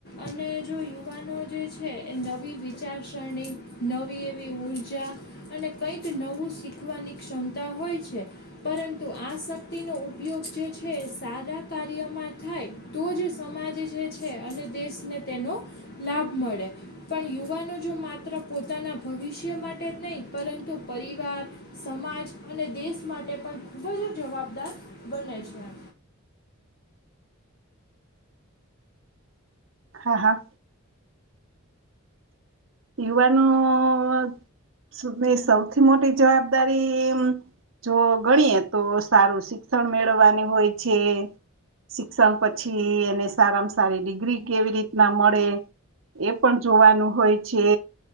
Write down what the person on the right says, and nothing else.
હા હા. યુવાનોની સૌથી મોટી જવાબદારી જો ગણીએ તો સારું શિક્ષણ મેળવાની હોય છે. શિક્ષણ પછી એને સારામાં સારી ડિગ્રી કેવી રીતના મળે. એ પણ જોવાનું હોય છે,